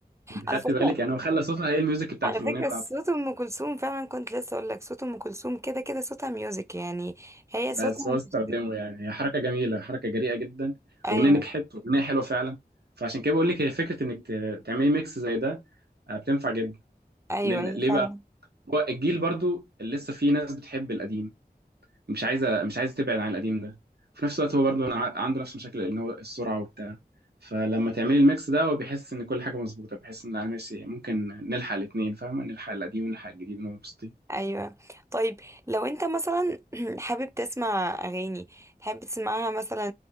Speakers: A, on the right (about 75°); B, on the right (about 15°).
A: انت
B: على
A: خدت
B: فكره
A: بالك يعني هو خلى صوتها هي الميوزك بتاعت
B: على فكرة
A: الاغنيه بتاعته
B: صوت أم كلثوم فعلا كنت لسه أقول لك صوت أم كلثوم كده كده صوتها ميوزك يعني هي
A: بس
B: صوتها
A: هو استخدمه
B: مش
A: يعني هي حركه جميله حركه جريئه جدا
B: أيوه
A: الاغنيه نجحت والاغنيه حلوه فعلا فعشان كده بقول لك هي فكره انك ت- تعملي ميكس زي ده آه، بتنفع جدا
B: أيوه
A: لان
B: هي
A: ليه
B: فعلا
A: بقى هو الجيل برضو اللي لسه فيه ناس بتحب القديم مش عايزه مش عايزه تبعد عن القديم ده في نفس الوقت هو برضو ع- عنده نفس المشاكل ان هو السرعه وبتاع فلما تعملي الميكس ده هو بيحس ان كل حاجه مظبوطه بيحس ان انا ماشي ممكن نلحق الاثنين فاهمه نلحق القديم ونلحق الجديد ونبقى مبسوطين
B: أيوه طيب لو أنت مثلا <clears throat> حابب تسمع أغاني تحب تسمعها مثلا